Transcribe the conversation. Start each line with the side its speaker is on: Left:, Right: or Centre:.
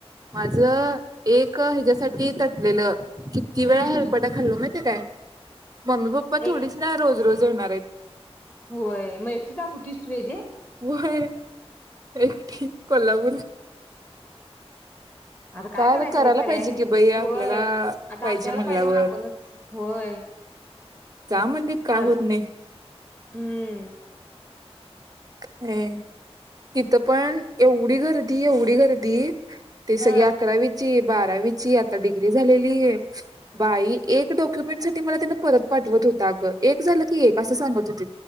Right: माझं एक ह्याच्यासाठी तटलेलं किती वेळा
Left: हम्म
Right: हेलपटा खाल्लो माहित माहिती काय मम्मी पप्पा थोडीच
Left: एक
Right: ना रोज रोज येणारेत
Left: होय मग तु एकटी जात होतीस वेजे?
Right: होय एकटी कोल्हापूर
Left: आता
Right: काय
Left: करायचं
Right: न करायला
Left: बाई पर्याय
Right: पाहिजे
Left: नाही
Right: कि बाई
Left: होय
Right: आपल्याला
Left: आता
Right: पाहिजे
Left: आपल्याला
Right: म्हणल्यावर
Left: म्हणून आपणच होय
Right: जा म्हटलेत काय
Left: सार
Right: होत नाही
Left: हम्म
Right: ह तिथं पण एवढी गर्दी एवढी गर्दी ते सगळी
Left: हा.
Right: बारावीची आता डिग्री झालेली आहे बाई एक डॉक्युमेंट साठी मला पाठवत होता ग एक झालं की एक असं सांगत होते.